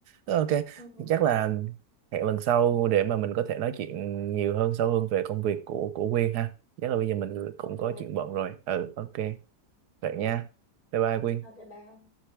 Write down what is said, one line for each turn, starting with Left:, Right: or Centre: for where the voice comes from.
Right: ok
Left: ừ, ừ.
Right: chắc
Left: ừ.
Right: là hẹn lần sau để mà mình có thể nói chuyện nhiều hơn sâu hơn về công việc của của Quyên ha chắc là bây giờ mình cũng
Left: ok
Right: có chuyện bận rồi ừ ok vậy nha Bye bye Quyên.
Left: ok bye